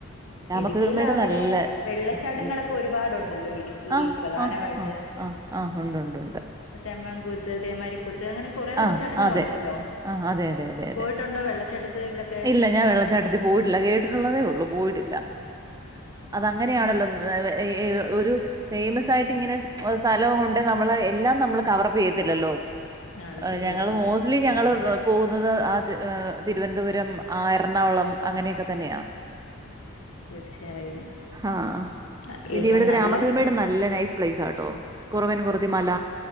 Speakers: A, on the right (about 15°); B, on the left (about 70°).
A: രാമകൽമേട്
B: ഇടുക്കിയിൽ അവിടെ
A: നല്ല
B: വെള്ളച്ചാട്ടങ്ങളൊക്കെ
A: സ്
B: ഒരുപാടുണ്ടല്ലോ ഇടുക്കിയിൽ
A: ആഹ്
B: പ്രധാനമായിട്ട്
A: ആഹ് ആഹ് ആഹ് ആഹ് ഉണ്ടുണ്ടുണ്ട്.
B: തെമ്മൻങ്കൂത്ത് തേമാരിക്കൂത്ത് അങ്ങനെ കുറെ വെള്ളച്ചാട്ടങ്ങളുണ്ടല്ലോ
A: ആഹ് അതെ ആന് അതെ അതെ അതെ അതെ
B: പോയിട്ടുണ്ടോ
A: അതെ
B: വെള്ളച്ചാട്ടത്തിലൊക്കെ
A: ഇല്ല ഞാൻ വെള്ളച്ചാട്ടത്തി പോയിട്ടില്ല കേട്ടിട്ടുള്ളതേ ഉള്ളൂ പോയിട്ടില്ല. അതങ്ങനെയാണല്ലോ ന്ന എ എ ഒരു ഫേമസ് ആയിട്ട് ഇങ്ങനെ സ്ഥലം ഉണ്ടേ നമ്മള് എല്ലാം നമ്മള് കവർ അപ്പ് ചെയ്യത്തില്ലല്ലോ.
B: ആ, അത്
A: അഹ്
B: ശരിയാണ്
A: ഞങ്ങള് മോസ് റ്റ്ലി ഞങ്ങള് പോകുന്നത് ആ തി ഏഹ് തിരുവനന്തപുരം ആ എറണാകുളം അങ്ങനെയൊക്കെ തന്നെയാ.
B: തീർച്ചയായും
A: ആഹ്
B: ആ,
A: പിന്നെ
B: ഏറ്റവും
A: ഇവിടെത്തെ
B: നല്ല
A: രാമക്കൽമേട് നല്ല നൈസ് പ്ലേസാട്ടോ. കുറവൻ കുറുതി മല